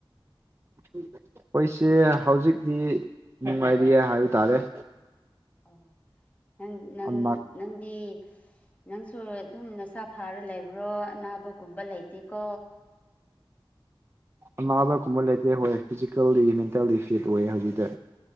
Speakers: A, on the right; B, on the left.
A: ꯑꯩꯈꯣꯏꯁꯦ ꯍꯧꯖꯤꯛꯇꯤ ꯅꯨꯡꯉꯥꯏꯔꯤ ꯍꯥꯏꯕ ꯇꯥꯔꯦ
B: ꯑꯣ ꯅꯪ ꯅꯪ
A: ꯑꯅꯥ
B: ꯅꯪꯗꯤ ꯅꯪꯁꯨ ꯑꯗꯨꯝ ꯅꯁꯥ ꯐꯥꯔ ꯂꯩꯕ꯭ꯔꯣ ꯑꯅꯥꯕꯒꯨꯝꯕ ꯂꯩꯇꯦꯀꯣ
A: ꯑꯅꯥꯕ ꯀꯨꯝꯕ ꯂꯩꯇꯦ ꯍꯣꯏ ꯐꯤꯖꯤꯀꯦꯜꯂꯤ ꯃꯦꯟꯇꯦꯜꯂꯤ ꯐꯤꯠ ꯑꯣꯏꯌꯦ ꯍꯧꯖꯤꯛꯇ